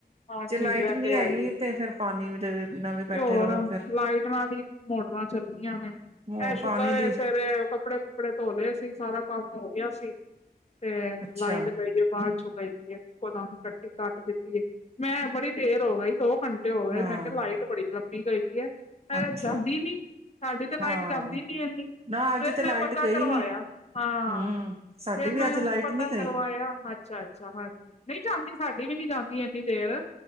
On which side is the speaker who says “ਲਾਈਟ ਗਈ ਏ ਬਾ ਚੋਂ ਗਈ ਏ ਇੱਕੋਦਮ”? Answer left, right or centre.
Left